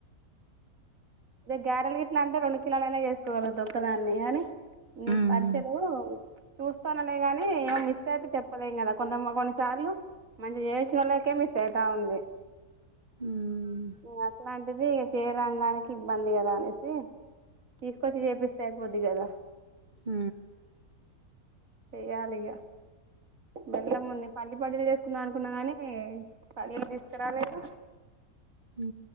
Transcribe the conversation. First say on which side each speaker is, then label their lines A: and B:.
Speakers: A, on the right; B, on the right.
A: ఇగ గ్యారెల్ గిట్లా అంటే రెండు కిలలైనా చేసుకోగలుగుతా ఒక్క దాన్ని కాని నే
B: ఉమ్
A: అరిషలు చూస్తాననే గాని ఏమో మిస్ మిస్ అయితే చెప్పలేం కదా కొంత మం కొన్నిసార్లు మంచిగా చేయిచ్చినోళ్ళకే మిస్ అయిత ఉంది
B: ఉమ్
A: ఒ అట్లాంటిది చేయరాను దానికి ఇబ్బంది కదా అనేసి తీసుకొచ్చి చేపిస్తే అయిపోద్ది కదా
B: ఊ
A: చెయాలిగ బెల్లం ఉంది పల్లి పటిలు చేసుకుందాం అనుకున్నా గాని పలీలు తీసుకురాలేేదు
B: ఊ